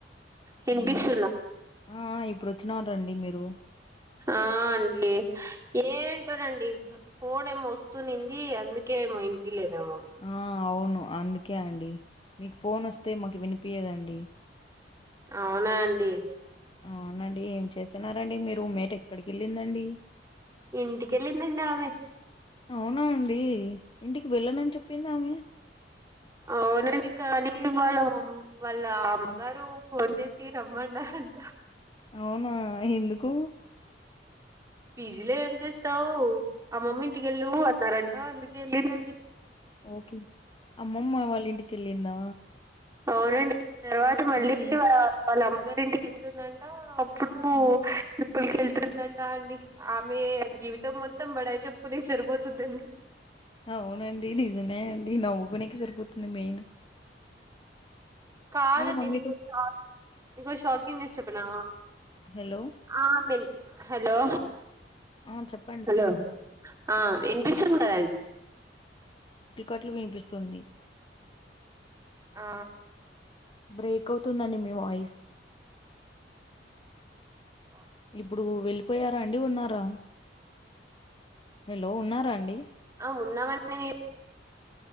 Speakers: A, on the right (about 20°); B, on the left (about 30°).
A: వినిపిస్తుందా
B: హమ్మయ్య ఆ ఆ ఇప్పుడు వచ్చినరండి మీరు
A: ఆ అండి ఏంటోనండి ఫోన్ ఏమో వస్తూనింది అందుకే ఏమో ఇనిపియ్యలేదేమో
B: ఆ అవును అందుకే అండి మీకు ఫోన్ వస్తే మాకు వినిపియదండి
A: అవునాండి
B: అవునండి ఏం చేస్తున్నారండి మీ రూమ్ మేట్ ఎక్కడికి వెళ్ళిందండి
A: ఇంటికెళ్ళిందండి ఆమె
B: అవునా అండి ఇంటికి వెళ్ళనని చెప్పింది ఆమె
A: అవునండి కానీ వాళ్ళ మామ్ వాళ్ళ అమ్మగారు ఫోన్ చేసి రమ్మన్నారంట
B: అవునా ఎందుకు
A: పీజీలో ఏం చేస్తావ్ అమ్మమ్మ ఇంటికెళ్ళు అన్నారంట అందుకే ఏళ్ళిందండి
B: ఓకే అమ్మమ్మ వాళ్ళ ఇంటికి ఏళ్ళిందా
A: అవునండి తర్వాత మళ్ళీ
B: కదా
A: వాళ్ళ అమ్మగారి ఇంటికెళ్తుందంట ఇప్పుడు
B: ఉమ్.
A: ట్రిపులకి వెళ్తుందంటా అండి ఆమె జీవితం మొత్తం బడాయి చెప్పుకునే సరిపోతుందండి
B: అవునండి నిజమే అండి నవ్వుకునేనికి సరిపోతుంది మెయిన్
A: కాదండి
B: వాళ్ళ మమ్మీతో
A: మీకు షాక్ మీకొక షాకింగ్ న్యూస్ చెప్పనా
B: హలో
A: ఆమిన్ హలో
B: ఆ చెప్
A: హలో ఆ వినిపిస్తుంది కదం
B: కట్లుకట్లు వినిపిస్తుంది
A: ఆ
B: బ్రేక్ అవుతుందండి మీ వాయిస్
A: ఆ
B: ఇప్పుడు వెళ్ళిపోయారా అండి, ఉన్నారా, హలో ఉన్నారా అండి.
A: ఆ ఉన్నామండి. మీరు